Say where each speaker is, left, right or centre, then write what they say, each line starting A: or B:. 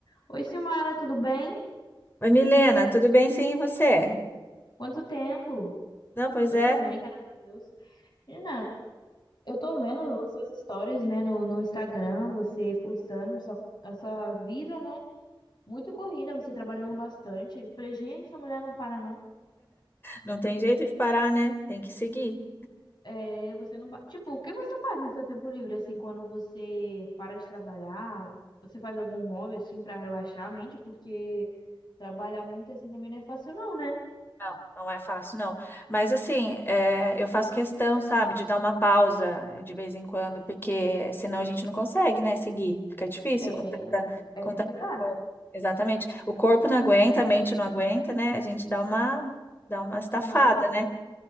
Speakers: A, on the left; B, on the left.
A: Oi, Silmara, tudo bem?
B: Oi, Milena, tudo bem? Sim, e você?
A: Quanto tempo?
B: Não, pois
A: Eu
B: é,
A: tô bem, graças a Deus. Menina, eu tô vendo as suas stories, né, no, no Instagram, você postando sua, a sua vida, né? Muito corrida, você trabalhando bastante. Eu falei, gente, essa mulher não para, não.
B: não tem jeito de parar, né? Tem que seguir.
A: É, você não. ba- Tipo, o que você faz no seu tempo livre, assim, quando você para de trabalhar? Você faz algum hobby, assim, pra relaxar a mente? Porque trabalhar muito, assim, também não é fácil, não, né?
B: Não, não é fácil, não. Mas assim, é, eu faço questão, sabe, de dar uma pausa de vez em quando, porque senão a gente não consegue, né, seguir. Fica difícil
A: É,
B: com tanta, com
A: é
B: tanta
A: complicado.
B: coisa. Exatamente. O corpo não aguenta, a mente não aguenta, né? A gente dá uma, dá uma estafada,
A: Não,
B: né?